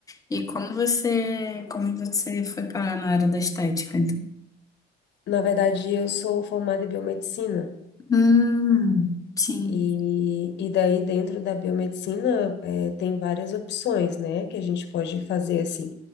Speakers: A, on the left; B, on the left.
A: E como você, como você foi parar na área da estética, então?
B: Na verdade, eu sou formada em biomedicina.
A: Hum, sim.
B: E, e daí, dentro da biomedicina, eh, tem várias opções, né, que a gente pode fazer, assim.